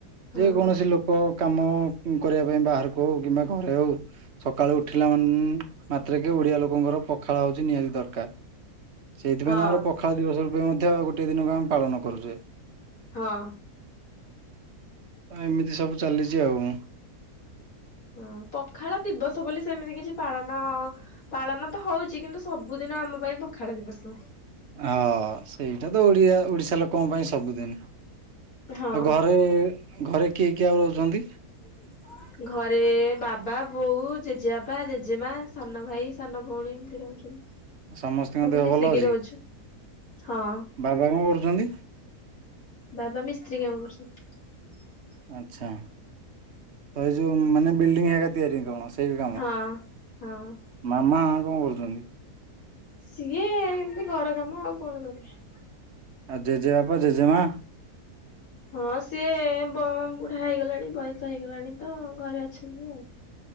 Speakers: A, on the left; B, on the right.
A: ହଁ
B: ଯେକୌଣସି ଲୋକ୍ ଲୋକ କାମ କରିବା ପାଇଁ ବାହାରକୁ ହେଉ କିମ୍ବା ଘରେ ହେଉ ସକାଳୁ ଉଠିଲା ମାନ୍-ଅ-ଅ ମାତ୍ରେ ଓଡିଆ ଲୋକଙ୍କର ପଖାଳ ହଉଛି ନିହାତି ଦରକାର, ସେଇଥିପାଇଁ
A: ହଁ
B: ତ ଆମର ପଖ୍ ପଖାଳ ଦିବସ ରୂପେ ମଧ୍ୟ ଗୋଟିଏ ଦିନକୁ ଆମେ ପାଳନ କରୁଚେ।
A: ହଁ।
B: ଏମିତି ସବୁ ଚାଲିଛି ଆଉ।
A: ହଁ ପଖାଳ ଦିବସ ବୋଲି ସେମିତି କିଛି ପାଳନ ପାଳନ ତ ହଉଛି କିନ୍ତୁ ସବୁଦିନ ଆମ ପାଇଁ ପଖାଳ ଦିବସ।
B: ହ-ଅ-ଅ ସେଇଟା ତ ଓଡିଆ ଓଡିଶା ଲୋକଙ୍କ ପାଇଁ ସବୁଦିନ
A: ହଁ
B: ଆଉ ଘରେ-ଏ-ଏ ଘରେ କିଏ କିଏ ଆଉ ରହୁଛନ୍ତି?
A: <unintelligible> ଘରେ-ଏ-ଏ ବାବା ବୋଉ ଜେଜେବାପା ଜେଜେମା ସାନ ଭାଇ ସାନ ଭଉଣୀ ଏମିତି ରହୁଛନ୍ତି।
B: ଆଉ ସମସ୍ତିଙ୍କ
A: ସବୁ
B: ଦେହ
A: ମିଶିକି
B: ଭଲ ଅଛି?
A: ରହୁଛୁ ହଁ
B: ବାବା କଣ କରୁଛନ୍ତି?
A: ବାବା ମିସ୍ତ୍ରୀ କାମ କରୁଛନ୍ତି। <unintelligible>
B: ଆଚ୍ଛା, ତ ଏଇ ଯୋଉ ମାନେ ବିଲଡିଙ୍ଗ ହେରିକା ତିଆରି କଣ ସେଇ କାମ?
A: ହଁ-ହଁ
B: ମାମା କଣ କରୁଚନ୍ତି?
A: ସିଏ ଏମିତି ଘର କାମ, ଆଉ କଣ କରିବେ?
B: ଆଉ ଜେଜେ ବାପା ଜେଜେମାଆ?
A: ହଁ ସିଏ-ଏ-ଏ ବ ବୁଢା ହେଇଗଲେଣି ବୟସ ହେଇଗଲାଣି। ତ ଘରେ ଅଛନ୍ତି ଆଉ।